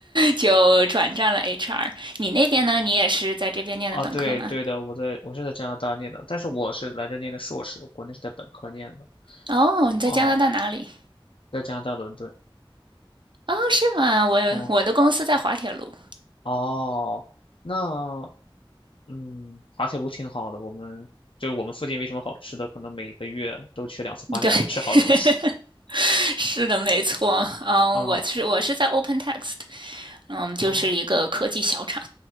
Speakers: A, on the right; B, on the left.
A: 就转战了 HR。你那边呢？你也是在这边念的本科吗？
B: 啊，对对的，我在我是在加拿大念的，但是我是来这念的硕士，我国内是在本科念的。
A: 哦，你在加拿大哪里？
B: 哦，在加拿大伦敦。
A: 哦，是吗？我我的公司在滑铁卢。
B: 哦哦，那嗯，滑铁卢挺好的，我们就是我们附近没什么好吃的，可能每个月都去两次滑铁卢吃好东西。
A: 对，<laughs> 是的，没错。嗯，
B: 啊
A: 我是我是在 OpenText，嗯，就是一个科技小厂。
B: 啊